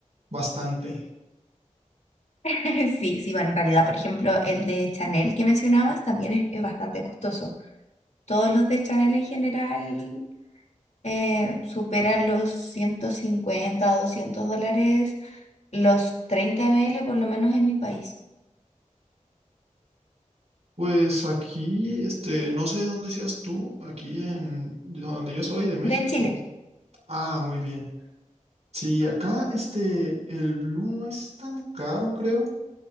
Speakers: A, on the right (about 55°); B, on the left (about 60°).
A: bastante.
B: <laughs> Sí, sí, bueno, en realidad, por ejemplo, el de Chanel que mencionabas también es, es bastante costoso. Todos los de Chanel en general eh, superan los 150 o 200 dólares, los 30 ml por lo menos en mi país,
A: Pues aquí, este, no sé dónde seas tú, aquí en donde yo soy de México.
B: de Chile.
A: Ah, muy bien. Sí, acá este, el Blue no es tan caro, creo.